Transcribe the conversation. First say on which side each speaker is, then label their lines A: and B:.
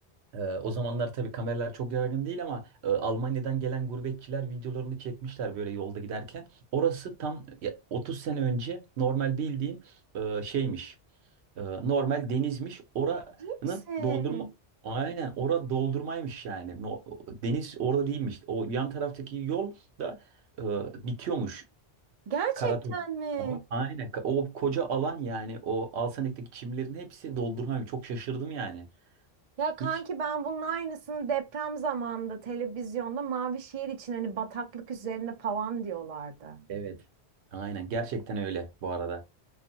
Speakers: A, on the right; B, on the right.
A: Ee, o zamanlar tabii kameralar çok yaygın değil ama e, Almanya'dan gelen gurbetçiler videolarını çekmişler böyle yolda giderken. Orası tam ya, 30 sene önce normal bildiğin e, şeymiş. E, normal denizmiş. Oranın
B: Değil misin?
A: doldurma Aynen ora doldurmaymış yani. No- deniz orada değilmiş. O yan taraftaki yol da e, bitiyormuş.
B: Gerçekten
A: Karatok.
B: mi?
A: Aynen. Ka- O koca alan yani o Alsanik'teki çimlerin hepsi doldurmaymış. Çok şaşırdım yani.
B: Ya kanki
A: Hiç
B: ben bunun aynısını deprem zamanında televizyonda mavi şehir için hani bataklık üzerine falan diyorlardı.
A: Evet. Aynen. Gerçekten öyle bu arada.